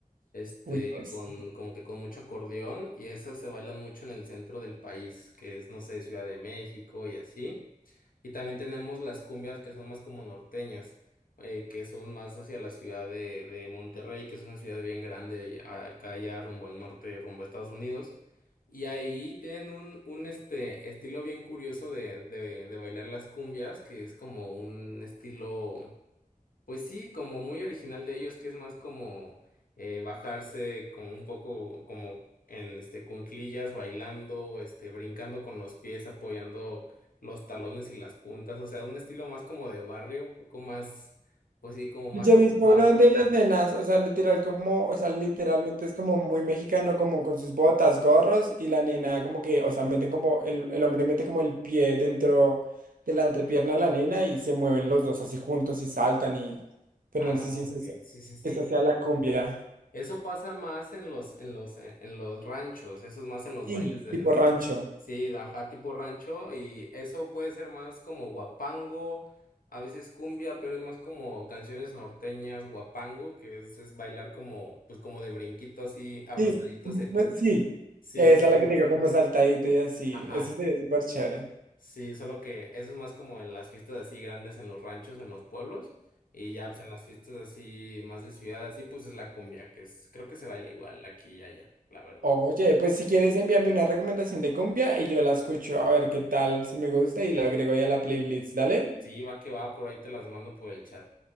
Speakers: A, on the left; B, on the right.
A: este,
B: Uy, Dios.
A: con, como que con mucho acordeón, y esas se bailan mucho en el centro del país, que es, no sé, Ciudad de México y así. Y también tenemos las cumbias que son más como norteñas, eh, que son más hacia la ciudad de, de Monterrey, que es una ciudad bien grande allá- acá ya rumbo al norte, rumbo a Estados Unidos. Y ahí tienen un, un este, estilo bien curioso de, de, de bailar las cumbias, que es como un estilo pues sí, como muy original de ellos, que es más como eh, bajarse como un poco como en este cunclillas, bailando, este, brincando con los pies, apoyando los talones y las puntas, o sea, un estilo más como de barrio, un poco más, pues sí, como más
B: Yo he
A: tumbado.
B: visto uno de las nenas, o sea, literal como, o sea, literalmente es como muy mexicano, como con sus botas, gorros, y la nena como que, o sea, meten como, el, el hombre mete como el pie dentro de la entrepierna de la nena y se mueven los dos así juntos y saltan y, pero
A: Ah,
B: no sé si
A: ok,
B: esa, sea
A: sí, sí, sí.
B: esa sea la cumbia.
A: Eso pasa más en los, en los, eh, en los ranchos, eso es más en los
B: Sí,
A: bailes de,
B: tipo
A: de-
B: rancho.
A: sí, de ajá, tipo rancho, y eso puede ser más como guapango, a veces cumbia, pero es más como canciones norteñas, guapango, que es, es bailar como, pues como de brinquito así, abrazadito,
B: Sí, bu-
A: cerquita.
B: sí,
A: Sí,
B: esa
A: sí, sí,
B: es la que
A: justo.
B: tengo como saltadito y así,
A: Ajá.
B: eso sería súper chévere.
A: Sí, solo que eso es más como en las fiestas así grandes en los ranchos, en los pueblos, y ya pues en las fiestas así más de ciudad, así pues es la cumbia, que es, creo que se baila igual aquí y allá, la verdad.
B: Oye, pues si quieres envíame una recomendación de cumbia y yo la escucho a ver qué tal, si me gusta y la agrego ya a la playlist, dale,
A: Sí, va que va, por ahí te las mando por el chat.